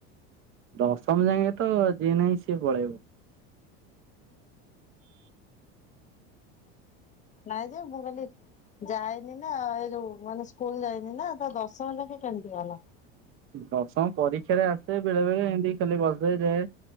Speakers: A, on the right (about 40°); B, on the left (about 25°).
A: ଦଶମ ଯାଏଁ ତ ଯିଏ ନାହିଁ ସିଏ ପଳେଇବ।
B: ନାଇଁ ଯେ ମୁଁ କହିଲି ଯାଇନି ନା ଏଇ ଯୋଉ ମାନେ ସ୍କୁଲ ଯାଇନି ନା ତ ଦଶମ ଯାକେ କେମିତି ଗଲା।
A: ଦଶମ ପରୀକ୍ଷାରେ ଆସେ ବେଳେ ବେଳେ ଏମିତି ଖାଲି ବସେ ଯାଏ।